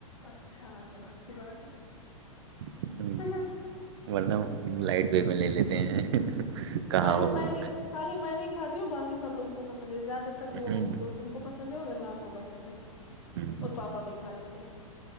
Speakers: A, on the left; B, on the right.
A: اچھا چلو اچھی بات ہے
B: ہیں ہوں،
A: ا
B: ورنہ لائٹ وے میں لے لیتے ہیں کہا
A: خالی
B: ہوگا
A: میں نے خالی م نے کھی ہوں بای سب لوگ کو پسند ہے زیادہ وہ
B: ہوں
A: گسم کو پس پس ہے اور عمران کو پسند ہے
B: ہ ہ
A: اور پاپا بھی کھا لیتے